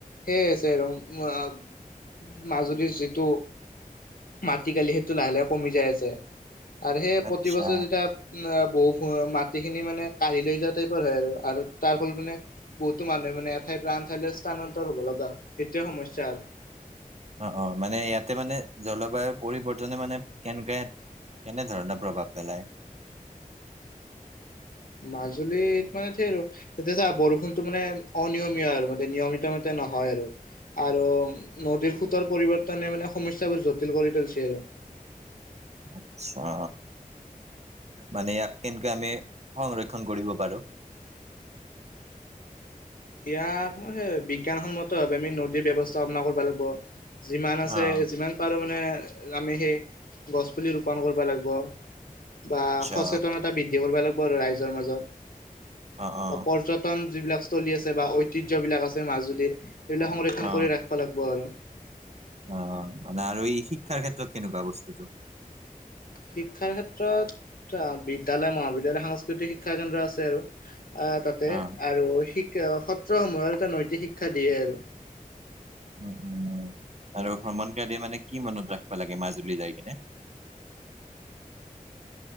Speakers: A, on the left; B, on the right.
A: সেইছ ৰ মাজুলীৰ যিটো মাটিিকালি সেইটো লাহে লাহে কমি যায় আছে আৰু সেই প্ৰতিবছৰে
B: আচ্ছা
A: যেতিয়া বু মাটিখিনি মানে কাঢ়ি লৈ যোৱা টাইপৰ হয় আৰু তাৰ ফলত মানে বহুতো মানুহে মানে এ প্ৰাণ থাইল স্থানান্তৰ হব লগা সেইটোৱে সমস্যা আৰু
B: অ অ মানে ইয়াতে মানে জলবায়ু। পৰিৱৰ্তনে মানে কেনেকে কেনে ধৰণৰ প্ৰভাৱ পেলায়। <inaudible>
A: মাজুলীত মানে এইটো আৰু তেতিয়াা বৰষুণতটো মানে অনিয়মীয়া আৰু মে নিয়মিত মতে নহয়। ৰ <unintelligible> আৰু নদীৰ সোতৰ পৰিৱৰ্তনে মানে সমস্যাবোৰ জটিল কৰি তুলিছে আৰু
B: আচ্ছা মানে ইয়াক কেন্তকে আমি সংৰক্ষণ কৰিব পাৰো।
A: ইয়াক ম বিজ্ঞানসন্মত ভ আমি নদীৰ ব্য্ৱস্থাাপনা কৰিব লাগিব। যিমান আছে
B: অ'।
A: যিমান পাৰো মানে আমি সেই গছ পুলি ৰোপন কৰিব লাগিব। বা
B: আচ্ছা
A: সচেতনতা বৃদ্ধি কৰিব লাগিব আৰু ৰাইজৰ মাজত
B: অ', অ',
A: বা পৰ্যটন যিবিলাক স্থলী আছে বা ঐতিহ্য বিলাক আছে মাজুলীৰ সেইবিলাক সংৰক্ষণ
B: অ
A: কৰি ৰাখিব লাগিব আৰু।
B: অ মানে আৰু এই শিক শিক্ষাৰ ক্ষেত্ৰত কেনেকোৱা বস্তুটো
A: শিক্ষাৰ ক্ষেত্ৰত বিদ্যালয় মহাবিদ্যালয় সাংস্কৃতিক শিক্ষা কেন্দ্ৰ আছে আৰু আহ তাতে
B: অ',
A: আৰু শিকা সত্ৰসমূহৰ এটা নৈতিক শিক্ষা দিয়ে আৰু
B: উম উম আৰু ভ্ৰমণ কালি মানে কি মনত ৰাখিবা লাগে মাজুলী যাই কিনে <unintelligible>